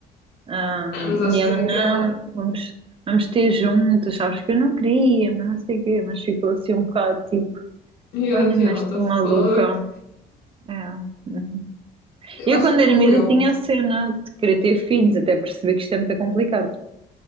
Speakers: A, on the right; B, on the left.
A: ah,
B: Ah, Mas acho
A: e ela,
B: que é
A: não,
B: daquela,
A: vamos, vamos ter juntas. Sabes que eu não queria, mas não sei o quê. Mas ficou assim um bocado tipo,
B: yeah,
A: olha,
B: de
A: mas
B: género, what
A: esta
B: the
A: maluca.
B: fuck.
A: É. uhum.
B: Eu
A: Eu,
B: acho
A: quando
B: que é como
A: era miúda,
B: eu.
A: tinha a cena de querer ter filhos, até perceber que isto é muito complicado.